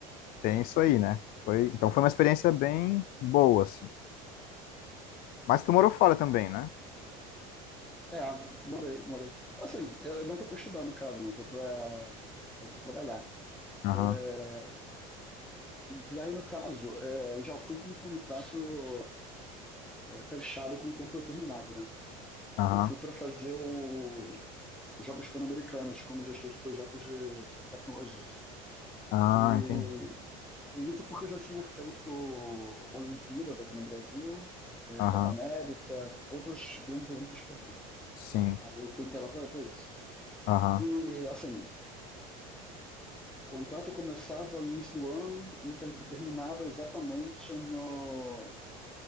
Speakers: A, on the left; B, in the centre.
A: tem isso aí, né? Foi, então foi uma experiência bem boa, assim. Mas tu morou fora também, né?
B: É, morei, morei. Assim, eu não foi para estudar, no caso, né? Foi para trabalhar.
A: Aham,
B: É, e aí, no caso, é, eu já fui com um contrato é, fechado com o tempo determinado, né?
A: aham.
B: Eu fui para fazer o, os Jogos Pan-Americanos como gestor de projetos de tecnologia.
A: Ah,
B: E,
A: entendi.
B: e isso porque eu já tinha feito Olimpíadas aqui no Brasil, é,
A: Aham,
B: Copa América, outros grandes eventos esportivos.
A: sim.
B: Aí eu fui para lá para isso.
A: Aham,
B: E, assim, o contrato começava no início do ano e, e terminava exatamente no